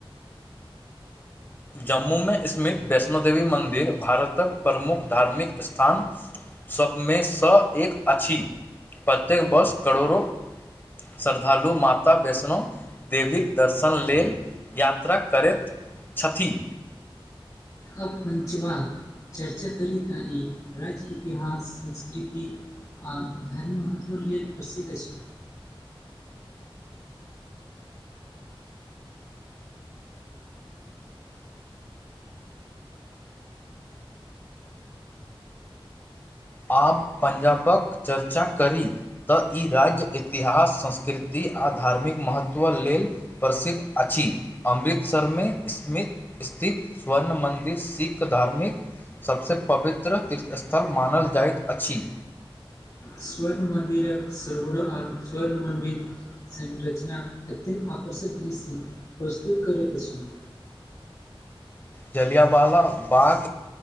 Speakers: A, on the left; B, on the left.
A: जम्मूमे स्थित वैष्णो देेवी मन्दिर भारतक प्रमुख धार्मिक स्थान सभमे सँ एक अछि, प्रत्येक वर्ष करोड़ो श्रद्धालु माता वैष्णो देवीक दर्शन लेल यात्रा करैत छथी।
B: अब पञचबाग चर्चा करीत ई राज्य इतिहास, संस्कृति आ घर्म महत्व लेल प्रसिद्ध अछि।
A: आब पंजाबक चर्चा करी तऽ ई राज्य इतिहास, संस्कृति आ धार्मिक महत्व लेल प्रसिद्ध अछि, अमृतसरमे स्मित स्थित स्वर्ण मन्दिर सिख धार्मिक सभसँ पवित्र तीर्थ स्थल मानल जाइत अछि।
B: स्वर्ण मन्दिर सर्ण मन्दिर <inaudible> संरचना अत्यंत आकर्षक दृश्य प्रस्तुत करैत अछि।
A: जलियाबाला बाग,